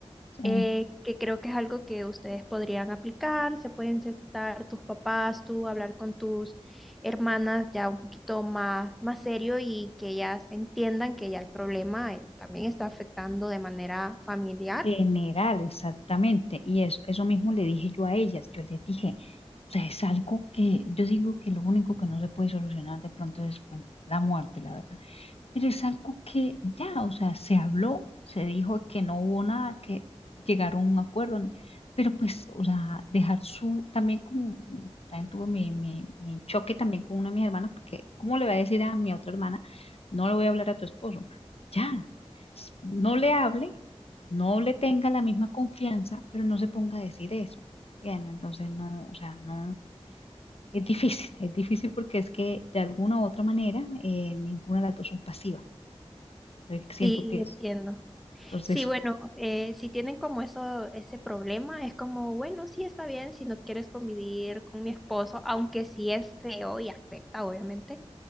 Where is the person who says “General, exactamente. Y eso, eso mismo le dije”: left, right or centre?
Left